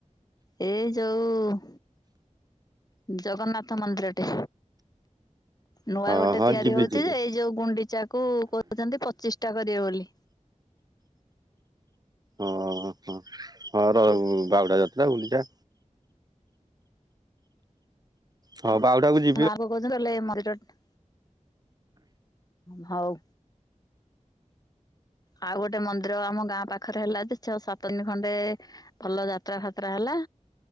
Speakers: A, on the left (about 30°); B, on the right (about 30°).
A: ଏ ଜୋଉ ଜଗନ୍ନାଥ ମନ୍ଦିରଟେ ନୂଆ
B: ହଁ
A: ଗୋଟେ
B: ହଁ
A: ତିଆରି
B: ଯିବି
A: ହଉଚି
B: ଯିବି
A: ଯେ ଏଇ ଗୁଣ୍ଡିଚା କୁ କହୁଚନ୍ତି ପଚିଷ୍ଟା କରିବେ ବୋଲି।
B: ଓହୋ ହଉ ରହୁ ବାହୁଡା ଯାତ୍ରା ଗୁଣ୍ଡିଚା ହଁ ବାହୁଡା କୁ ଜି
A: ଗାଁ ଲୋକ କହୁଚନ୍ତି କହିଲେ ମନ୍ଦିରରେ ଭାଉ ଆଉ ଗୋଟେ ମନ୍ଦିର ଆମ ଗାଁ ପାଖରେ ହେଲା ଯେ ଛଅ ସାତଦିନି ଖଣ୍ଡେ ଭଲ ଯାତ୍ରା ଫାତ୍ରା ହେଲା